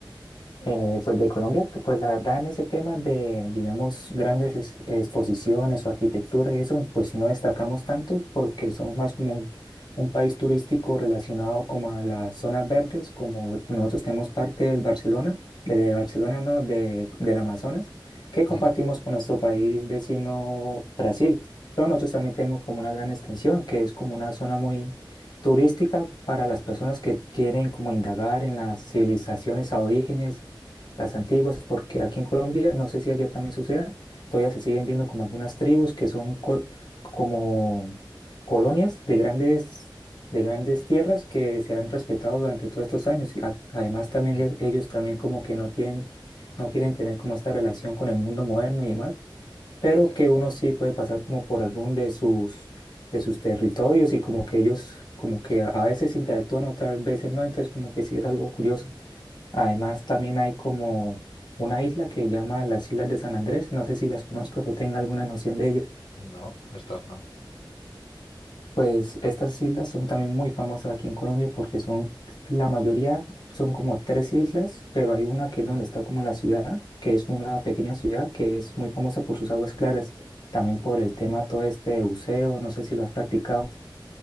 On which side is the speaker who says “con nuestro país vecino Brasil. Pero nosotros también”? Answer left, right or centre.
Left